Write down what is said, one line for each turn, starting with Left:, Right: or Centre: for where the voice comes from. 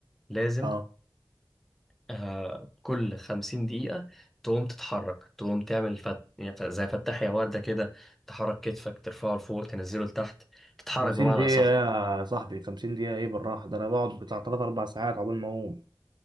Centre: لازم
Right: اه
Centre: آه كل خمسين دقيقة تقوم تتحرك تقوم تعمل فت... يعني ف- زي فتح يا وردة كده تحرك كتفك ترفعه لفوق تنزله لتحت تتحرك
Right: 50
Centre: بمعنى
Right: دقيقة
Centre: أصح
Right: يا صاحبي 50 دقيقة ايه بالراحة ده انا بقعد بتاع 3 4 ساعات عقبال ما اقوم